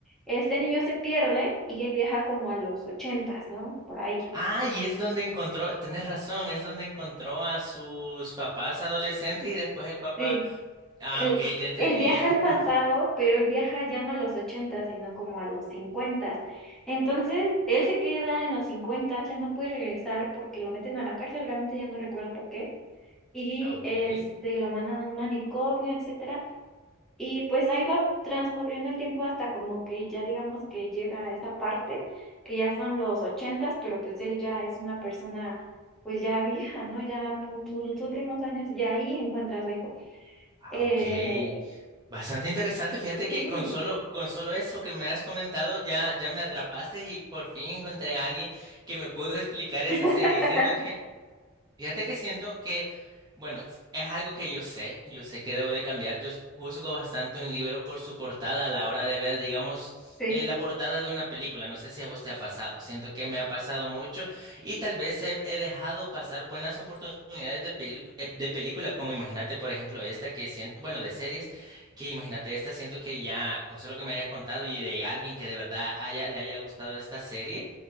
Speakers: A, in the centre; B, on the right.
A: Este niño se pierde y él viaja como a los ochentas ¿no? Por ahí.
B: Ah, y es donde encontró, tenés razón, es donde encontró a sus papás adolescentes y después el papá.
A: Sí.
B: Ah,
A: Él,
B: ok, ya entendí.
A: él viaja
B: <laughs>
A: al pasado, pero él viaja ya no a los ochentas sino como a los cincuentas Entonces, él se queda en los cincuentas ya no puede regresar porque lo meten a la cárcel, realmente ya no recuerdo por qué. Y
B: Ah, ok.
A: este, lo mandan a un manicomio, etc Y pues ahí va transcurriendo el tiempo hasta como que ya digamos que llega a esa parte, que ya son los ochentas, pero pues él ya es una persona pues ya vieja, ¿no? Ya en sus últimos años, y ahí encuentra a su hijo.
B: Ah,
A: Eh,
B: ok. Bastante interesante. Fíjate que
A: sí,
B: con solo, con solo eso que me has comentado ya, ya me atrapaste y por fin encontré a alguien que me pudo <laughs> explicar esa
A: <laughs>
B: serie. Siento que Fíjate que siento que, bueno, es algo que yo sé, yo sé que debo de cambiar. Yo juzgo bastante un libro por su portada a la hora de ver, digamos,
A: sí.
B: eh, la portada de una película. No sé si a vos te ha pasado. Siento que me ha pasado mucho y tal vez he, he dejado pasar buenas oportunidades de, pelicu- eh, de película, como imagínate, por ejemplo, esta que siento, bueno, de series, que imagínate esta, siento que ya, con solo que me hayas contado y de alguien que de verdad haya, le haya gustado esta serie